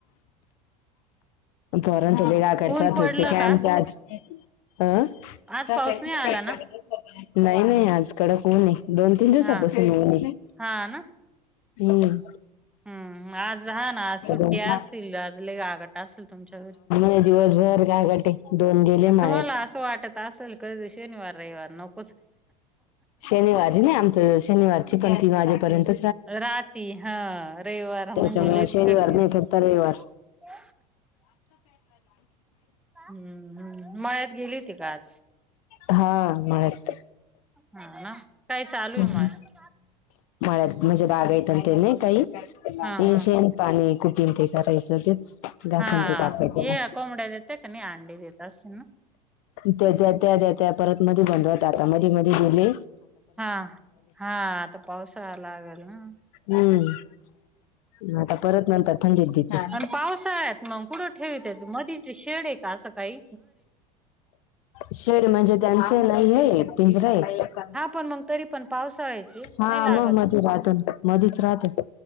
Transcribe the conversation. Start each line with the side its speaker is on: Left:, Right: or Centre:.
Left: पोरांच लई घाट कटत
Centre: ऊन पडलं
Left: होते. काय
Centre: का
Left: आमच आज अ
Centre: आज
Left: नाही
Centre: पाऊस नाही आला ना
Left: नाही, आज कडक ऊन ए. दोन तीन दिवसापासून
Centre: हा
Left: ऊन ए.
Centre: हा ना
Left: हुं.
Centre: हम्म आज हा ना, आज सुट्टी
Left: दोन
Centre: असतील
Left: तीन
Centre: आज लई <unintelligible> आसल तूमच्या घरी,
Left: आज दिवसभर गागाट आहे दोन गेले
Centre: तुम्हाला
Left: माळ्यात
Centre: असं वाटत आसल क शनिवार रविवार नक
Left: शनिवारी नाही आमच शनिवारी चीकण तीन वाजेपर्यंत
Centre: राहती हा. रविवार
Left: त्याच्यामुळे
Centre: म्हणजे लईच
Left: शनिवार
Centre: कठीण
Left: नाही फक्त रविवार
Centre: <inaudible> हू हू मळ्यात गेली हो ती का आज?
Left: हा मळ्यात.
Centre: हा ना काय चालू
Left: <inaudible>
Centre: आहे मळ्यात
Left: मळ्यात म्हणजे बागायतं आणि ते नई काई
Centre: हा हा
Left: पाणी कुठून ते करायचं तेच घासून
Centre: हा
Left: ते कापायचं
Centre: ये
Left: ना
Centre: कोबड्या देते का नाही अंडी, देत असन ना
Left: देत्या देत्या देत्या परत मधी बंद होत आता, मधी मधी दिली
Centre: हा. हा. आता पावसाळा लागेल ना.
Left: हम्म आता परत नंतर थंडीत देते
Centre: आण पावसाळ्यात मग कुठ ठेवित्यात मधी ठेवले का आज सकाळी?
Left: शेड म्हणजे त्यांच नाहीए, पिंजरा हाय.
Centre: हा पण मग तरी पण पावसाळ्याची
Left: हा
Centre: नाही लागत
Left: मग मध्ये राहत ना, मधीचं राहत ते